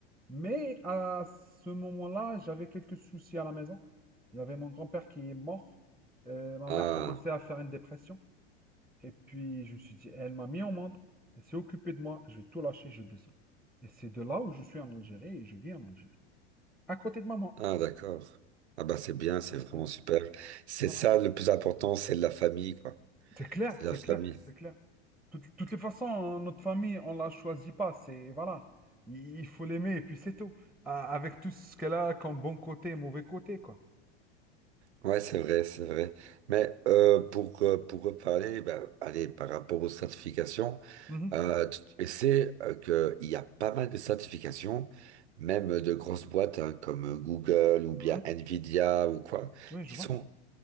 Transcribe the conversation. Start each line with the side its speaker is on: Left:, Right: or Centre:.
Centre: mais à ce moment-là, j'avais quelques soucis à la maison. Il y avait mon grand-père qui est mort, euh, ma
Right: Ah.
Centre: mère commençait à faire une dépression et puis je me suis dit, elle m'a mis en monde, elle s'est occupée de moi, je vais tout lâcher, je descends. Et c'est de là où je suis en Algérie et je vis en Algérie, à côté de maman.
Right: Ah, d'accord. Ah, bah, c'est bien, c'est vraiment
Centre: Ouais.
Right: super. C'est
Centre: voilà.
Right: ça, le plus important, c'est la famille, quoi.
Centre: C'est clair,
Right: C'est
Centre: c'est
Right: la famille.
Centre: clair, c'est clair. De toute- toutes les façons, hein, notre famille, on la choisit pas. C'est, voilà, il, il faut l'aimer et puis c'est tout. A- Avec tout ce qu'elle a comme bon côté et mauvais côté, quoi.
Right: Ouais, c'est vrai, c'est vrai. Mais euh, pour, euh, pour reparler, ben allez, par rapport aux certifications,
Centre: Mhm,
Right: euh, tu tu sais euh, que qu'il y a pas mal de certifications, même de grosses boîtes hein, comme euh, Google ou bien
Centre: mhm.
Right: Nvidia ou quoi,
Centre: Oui, je
Right: qui
Centre: vois.
Right: sont,